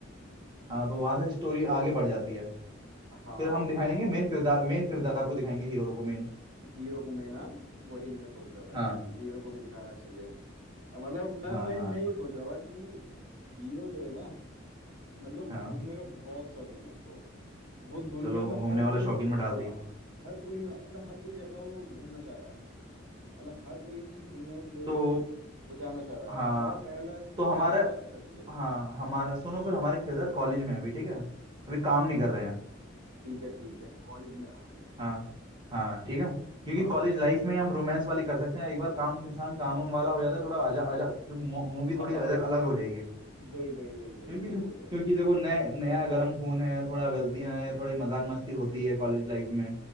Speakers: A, on the right; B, on the right.
A: हाँ तो वहां से स्टोरी आगे बढ़ जाती है
B: हाँ
A: फिर हम दिखाएंगे मेन किरदार मेन किरदार को दिखाएंगे हीरो को मेन
B: हीरो को मैं ना वही मैं सोच रहा था
A: हाँ
B: कि हीरो को भी दिखाना चाहिए अ, मतलब मैं
A: हाँ
B: मैं
A: हाँ
B: मैं ये सोच रहा था कि हीरो जो है ना मतलब वो
A: हाँ
B: घूमने का बहुत शौकीन है उसको वो दुनिया
A: चलो
B: में
A: घूमने
B: हर
A: वाला
B: कोई
A: शौकीन में डाल
B: हाँ
A: दिया
B: हर कोई मतलब हर कोई जगह वो घूमना चाह रहा है मतलब हर कोई इसी दुनिया में प्लेस
A: तो
B: में वो जाना चाह रहा
A: हाँ
B: है पहला पहला ट्रिप
A: तो हमारा
B: है उसका कश्मीर
A: हाँ हमारा सुनो फिर हमारे किरदार कॉलेज में है अभी ठीक है अभी काम नहीं कर रहे हैं
B: ठीक है ठीक है कॉलेज में है, हाँ वो
A: हाँ हाँ ठीक है क्योंकि
B: हाँ
A: कॉलेज
B: हाँ
A: लाइफ में ही हम रोमांस वाली कर सकते हैं एक बार काम इंसान काम वाम वाला हो जाता है थोड़ा अजा अजा फिर मूवी
B: हाँ
A: थोड़ी अलग अलग हो जाएगी
B: वही वही वही वही
A: क्योंकि
B: सही
A: फिर
B: बोल रहे हो
A: क्योंकि देखो नए नया गर्म खून है थोड़ा गलतियां हैं थोड़ी मजाक मस्ती होती है कॉलेज लाइफ में